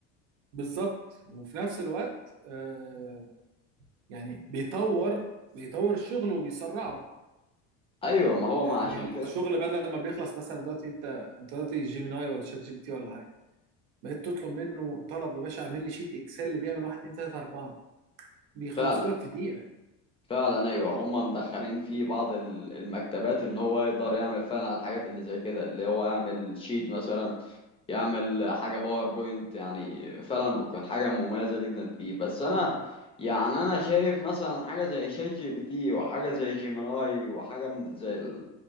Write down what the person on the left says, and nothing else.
ايوه ما هو
ما عشان كده
فعلا
فعلا ايوه هم مدخلين في بعض ال- المكتبات ان هو يقدر يعمل فعلا الحاجات اللي زي كده اللي هو يعمل شيت مثلا يعمل حاجه باوربوينت يعني فعلا بتكون حاجه مميزه جدا فيه بس انا يعني انا شايف مثلا حاجه زي شات جي بي تي وحاجه زي جيميناي وحاجه من زي ال-